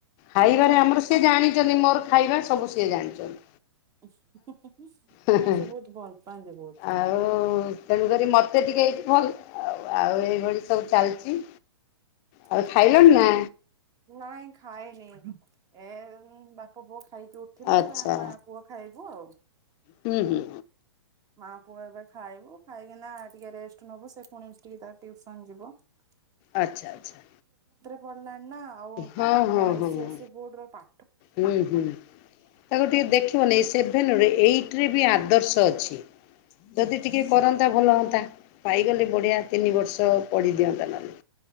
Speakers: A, on the left; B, on the right.
A: ଖାଇବାରେ
B: ହଁ।
A: ଆମର ସିଏ ଜାଣିଛନ୍ତି ମୋର ଖାଇବା ସବୁ ସିଏ ଜାଣିଛନ୍ତି
B: <inaudible>
A: ହେ ହେ
B: ଭଲ ପାଆନ୍ତି ବହୁତ
A: ଆଉ ତେଣୁକରି ମତେ ଟିକେ ଏଇଠି ଭଲ ଆଉ ଆଉ ଏଇଭଳି ସବୁ ଚାଲିଛି
B: ହୁଁ
A: ଆଉ ଖାଇଲଣି ନା
B: ନାଇଁ ଖାଏନି ଏ ବାପ ପୁଅ ଖାଇକି ଉଠିଲେ
A: ଆଚ୍ଛା
B: ବା ମା ପୁଅ ଖାଇବୁ ଆଉ
A: ହୁଁ ହୁଁ
B: ମା ପୁଅ ଏବେ ଖାଇବୁ ଖାଇକିନା ଟିକେ ରେଷ୍ଟ ନବୁ ସେ ପୁଣି ଟିକେ ତା ଟିଉସନ ଯିବ ।
A: ଆଚ୍ଛା ଆଚ୍ଛା
B: ପଢିଲାଣି ନା ଆଉ
A: ହଁ
B: ପାଠ
A: ହଁ
B: ଟା ଆଇ ସ
A: ହଁ
B: ଏସ୍ ସ ବୋର୍ଡ ର ପା
A: ହୁଁ ହୁଁ ତାକୁ ଟିକେ ଦେଖିବନି ସେଭେନରେ ଏଇ ଟି ରେ ବି ଆଦର୍ଶ ଅଛି । ଯଦି ଟିକେ କରନ୍ତା ଭଲ ହୁଅନ୍ତା ପାଇଗଲେ ବଢିଆ ତିନି ବର୍ଷ ପଢି ଦିଅନ୍ତା ନହଲେ।